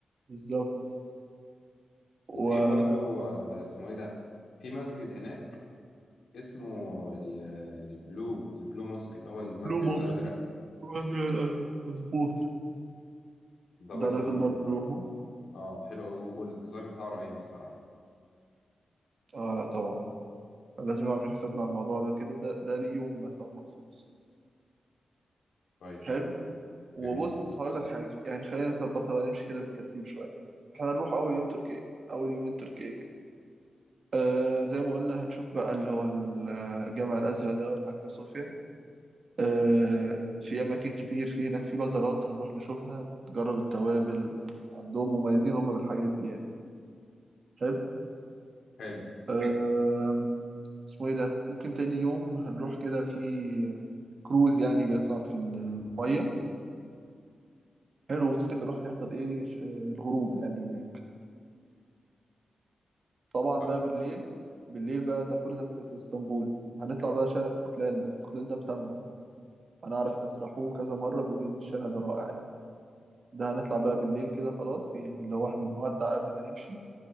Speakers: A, on the right (about 50°); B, on the left (about 85°).
A: بالظبط وبلو
B: وفي برضو آه، اسمه ايه ده في مسجد هناك اسمه ال- البلو البلو موسك اللي هو المسجد
A: مصر
B: الازرق
A: وزير الأزرق مظبوط
B: ده برضو
A: ده لازم برضه
B: اه
A: نروحه
B: آه، حلو أوي والديزاين بتاعه رهيب الصراحه
A: اه لا طبعا لازم نعمل حسابنا على الموضوع ده كده ده ده ليه يوم مثلا مخصوص
B: طيب
A: حلو وبص
B: جميل
A: هقول لك حاجة يعني خلينا نظبطها بقى نمشي كده بالترتيب شوية احنا هنروح أول يوم تركيا أول يومين تركيا كده آه زي ما قلنا هنشوف بقى اللي هو الجامع الأزرق ده والحاج صوفيا آه في أماكن كتير في هناك في بازارات هنروح نشوفها تجرب التوابل عندهم مميزين هم بالحاجات دي يعني حلو
B: حلو
A: آه اسمه ايه ده ممكن تاني يوم هنروح كده في كروز يعني بيطلع في المية حلو ممكن نروح نحضر ايه ش- آه، الغروب يعني هناك طبعا
B: آه،
A: بقى بالليل بالليل بقى ده كل ده في في اسطنبول هنطلع بقى شارع استقلال ده استقلال ده مسمع يعني انا اعرف ناس راحوه كذا مرة بيقولوا ان الشارع ده رائع يعني ده هنطلع بقى بالليل كده خلاص يعني اللي هو احنا بنودع قبل ما نمشي